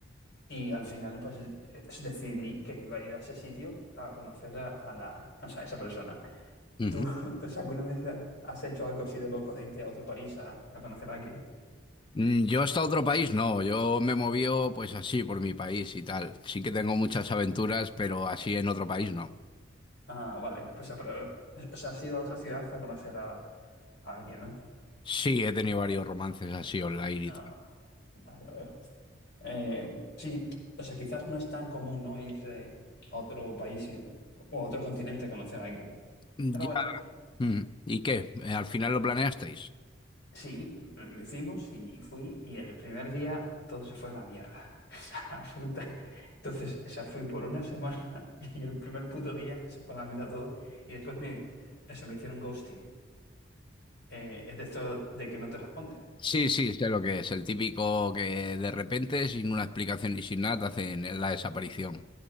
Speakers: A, on the left; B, on the left.
A: y al final pues es- decidí que iba a ir a ese sitio a conocer a, a la, o sea, a esa persona.
B: ujú.
A: ¿Tú <laughs> pues alguna vez has hecho algo así de loco de irte a otro país a, a conocer a alguien?
B: Mm, Yo hasta otro país, no, yo me moví pues así por mi país y tal. Sí que tengo muchas aventuras, pero así en otro país no.
A: Ah, vale, pues ah, pero, o sea, has ido a otra ciudad a conocer a, a alguien, ¿no?
B: Sí, he tenido varios romances así online
A: Ah,
B: y tal.
A: ah, ya veo. Eh, sí, o sea, quizás no es tan común, ¿no?, irse a otro país y- o a otro continente a conocer a alguien.
B: Ya.
A: Pero bueno,
B: Mm, ¿Y qué? Eh, ¿Al final lo planeasteis?
A: Sí, lo lo hicimos y fui y el primer día todo se fue a la mierda. <laughs> Esa la puta. Entonces, esa fui por una semana <laughs> y el primer puto día se fue a la mierda todo y después me, eso, me hicieron ghosting. Eh, es de esto de que no te responden.
B: Sí, sí, sé lo que es. El típico que de repente, sin una explicación y sin nada, te hacen la desaparición.